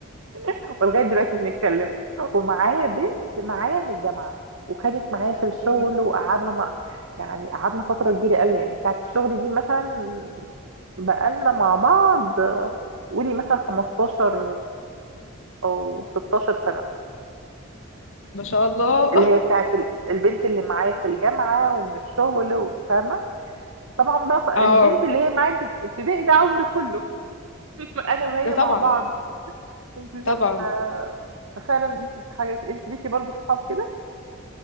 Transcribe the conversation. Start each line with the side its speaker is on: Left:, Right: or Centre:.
Right: <laughs> ولغايه دلوقتي بنتكلم ومعايا بنت معايا من الجامعه وكانت معايا في الشغل
Left: مم.
Right: وقعدنا مع... يعني قعدنا فتره كبيره قوي يعني بتاعت الشغل دي مثلا بقالنا مع بعض آه، قولي مثلا 15 او 16 سنه
Left: ما شاء الله
Right: اللي هي بتاعت ال- البنت اللي معايا في الجامعه ومن الشغل فاهمه طبعا بقى
Left: <laughs>
Right: ف- البنت
Left: اه
Right: اللي هي معايا في ابتدائي ده عمري كله <laughs> انا وهي
Left: ده طبعا
Right: مع بعض انت ف...
Left: طبعا
Right: ف- ففعلا دي بتبقى حاجه انت ليكي برضو صحاب كده